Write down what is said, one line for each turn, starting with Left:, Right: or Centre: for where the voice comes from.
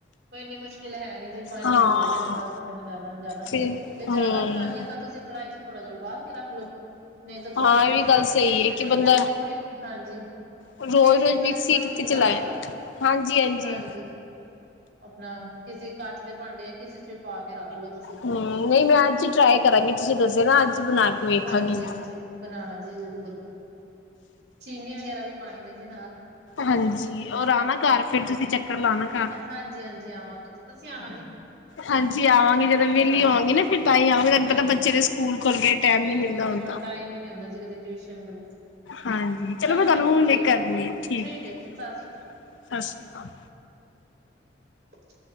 Right: ਕੋਈ ਇੰਨੀ ਮੁਸ਼ਕਿਲ ਹੈ ਨੀ ਜੀ ਪੰਜ
Left: ਹਾਂ
Right: ਮਿੰਟ ਲੱਗਦੇ ਨੇ ਦਸ ਮਿੰਟ ਜਿਆਦਾ-ਜਿਆਦਾ
Left: ਫਿਰ
Right: ਜੇ ਜ਼ਿਆਦਾ
Left: ਹਮ
Right: ਬਣਾਣੀ ਹੈ ਤਾਂ ਤੁਸੀਂ ਕੜਾਈ 'ਚ ਥੋੜਾ ਜਾ ਉਬਾਲ ਕੇ ਰੱਖ ਲੋ ਨਹੀਂ ਤਾਂ ਥੋੜੀ
Left: ਹਾਂ
Right: ਵੈਸੇ
Left: ਇਹ ਵੀ ਗੱਲ ਸਹੀ
Right: ਟੇਸਟ
Left: ਹੈ
Right: ਲਈ
Left: ਕਿ ਬੰਦਾ
Right: ਪਹਿਲੇ ਥੋੜੀ ਹਾਂਜੀ
Left: ਰੋਜ਼-ਰੋਜ਼
Right: ਟੈਸਟ ਲਈ ਪਹਿਲੇ
Left: ਮਿਕਸੀ
Right: ਥੋੜ੍ਹੀ
Left: ਕਿੱਥੇ
Right: ਜਿਹੀ ਬਣਾ
Left: ਚਲਾਏ।
Right: ਲੋ
Left: ਹਾਂਜੀ-ਹਾਂਜੀ।
Right: ਹਾਂਜੀ। ਆਪਣਾ ਕਿਸੇ ਕੱਚ ਦੇ ਭਾਂਡੇ ਕਿਸੇ ਚ ਵੀ ਪਾ ਕੇ ਰੱਖ ਲੋ ਤੁਸੀਂ
Left: ਹੂੰ ਨਹੀਂ ਮੈਂ ਅੱਜ ਟਰਾਈ ਕਰਾਂਗੀ ਤੁਸੀ ਦੱਸਿਆ ਨਾ ਅੱਜ ਬਣਾ ਕੇ ਵੇਖਾਂਗੀ
Right: ਹਾਂਜੀ-
Left: ਮੈਂ।
Right: ਹਾਂਜੀ ਬਣਾਣਾ ਜੀ ਜਰੂਰ ਚੀਨੀ ਵਗੈਰਾ ਵੀ ਪਾਣੀ ਨੇ ਜੀ ਨਾਲ
Left: ਹਾਂਜੀ ਔਰ ਆਣਾ ਘਰ ਫਿਰ ਤੁਸੀਂ ਚੱਕਰ ਲਾਣਾ ਘਰ
Right: ਹਾਂਜੀ- ਹਾਂਜੀ ਆਵਾਂਗੇ ਜੀ ਤੁਸੀਂ ਆਉਣਾ ਜੀ।
Left: ਹਾਂਜੀ ਆਵਾਂਗੇ ਜਦੋਂ ਵਿਹਲੀ
Right: ਹਾਂ
Left: ਹੋਵਾਂਗੀ ਨਾ ਫਿਰ ਤਾਂ ਹੀ ਆਵਾਂਗੇ ਤੁਹਾਨੂੰ
Right: ਹਾਂਜੀ।
Left: ਪਤਾ ਬੱਚੇ ਦੇ ਸਕੂਲ ਖੁੱਲ ਗਏ। ਟਾਈਮ
Right: ਬਿਲਕੁਲ
Left: ਨੀ ਮਿਲਦਾ
Right: ਜੀ ਹੁਣ
Left: ਤਾਂ।
Right: ਟਾਈਮ ਹੀ ਨਹੀਂ ਹੁੰਦਾ ਜੀ ਕਦੇ ਟਿਊਸ਼ਨ ਕਦੇ
Left: ਹਾਂਜੀ
Right: ਚਲੋ
Left: ਮੈਂ ਤੁਹਾਨੂੰ
Right: ਜੀ ਹੁਣ
Left: ਹੁਣੇ
Right: ਠੀਕ-
Left: ਕਰਨੀ ਆ
Right: ਠੀਕ
Left: ਐ
Right: ਜੀ ਸਤਿ ਸ਼੍ਰੀ ਅਕਾਲ।
Left: ਸਤਿ ਸ਼੍ਰੀ ਅਕਾਲ।
Right: <inaudible>